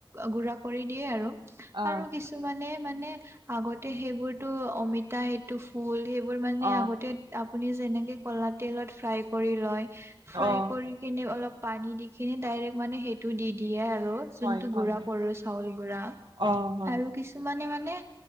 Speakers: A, on the right; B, on the right.
A: গুৰা কৰি দিয়ে আৰু,
B: অ',
A: আৰু কিছু- মানে মানে আগতে সেইবোৰতো অমিতা সেইটো ফুল সেইবোৰ মানে
B: অ',
A: আগতে- আপুনি যেনেকে কলা তেলত ফ্ৰাই কৰি লয়,
B: অ',
A: ফ্ৰাই কৰি- সিনি অলপ পানী দি কিনি ডাইৰেক্ট মানে সেইটো দি দিয়ে আৰু। যোনটো
B: হয়, হয়,
A: গুড়া কৰো চাউল গুড়া,
B: অ', হয়,
A: আৰু কিছুমানে মানে-